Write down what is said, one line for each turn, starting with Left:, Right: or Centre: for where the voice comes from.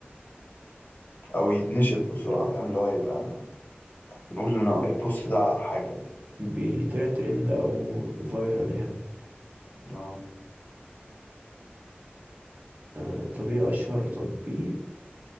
Left: او يتنشر بسرعة فاهم اللي هو يبقى بنقول ان البوست ده حاجة يعني
Right: بيطلع ترند أو فايرال يعني
Left: آه،
Right: آه طب ايه أشهر تطبيق